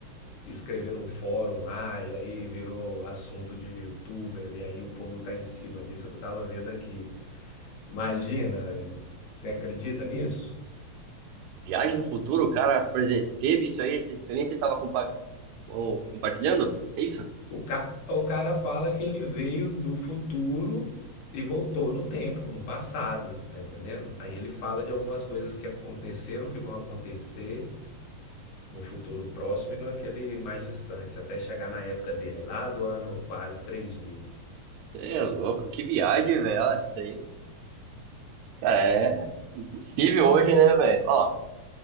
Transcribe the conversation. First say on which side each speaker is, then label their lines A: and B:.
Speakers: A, on the left; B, on the right.
A: escrever num fórum lá, e aí virou assunto de youtuber, e aí o povo tá em cima disso, eu tava vendo aqui. Imagina, velho. Você acredita nisso?
B: em? Viagem no futuro? O cara presen- teve isso aí, essa experiência e tava compa- com- compartilhando? É Isso?
A: O, ca... o cara fala que ele veio do futuro e voltou no tempo, no passado, tá entendendo? Aí ele fala de algumas coisas que aconteceram, que vão acontecer no futuro próximo e naquele mais distante, até chegar na época dele, lá do ano quase 3000.
B: Você é louco, que viagem, velho. Ah, Isso aí, cara, é impossível hoje, né, velho? Ó,